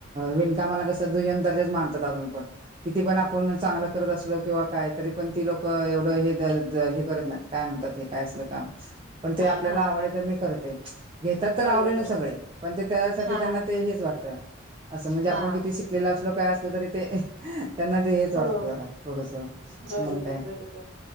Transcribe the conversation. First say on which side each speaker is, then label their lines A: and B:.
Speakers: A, on the right; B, on the right.
A: विणकाम दुय्यम दर्जाचं मानतात आता पण. किती पण आपण चांगलं
B: हम्म
A: करत असलो किंवा काय तरी पण ती लोक एवढं हे करत नाही काय म्हणतात हे काय असल काम पण ते
B: हा
A: आपल्याला आवड तर मी करते घेतात तर
B: बरोबर
A: आवडे ना सगळे पण ते त्यासाठी
B: हा
A: त्यांना ते हेच वाटतं असं म्हणजे
B: हा
A: आपण किती शिकलेलं असलो काय असल तरी ते त्यांना ते हेच वाटतं
B: हो
A: जरा थोडस मग
B: बरोबर
A: काय
B: बरोबर